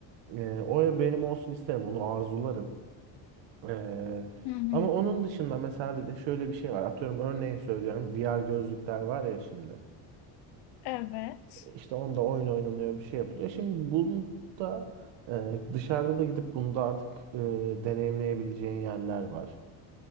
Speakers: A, on the right; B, on the left.
A: Ee, o ev benim olsun isterim. Onu arzularım. Ee,
B: Hı hı.
A: ama onun dışında mesela bir de şöyle bir şey var. Atıyorum örneğin söylüyorum. VR gözlükler var ya şimdi.
B: Evet.
A: İşte onda oyun oynanıyor bir şey yapılıyor. Şimdi bunu da e, dışarıda da gidip bunu da artık e, deneyimleyebileceğin yerler var.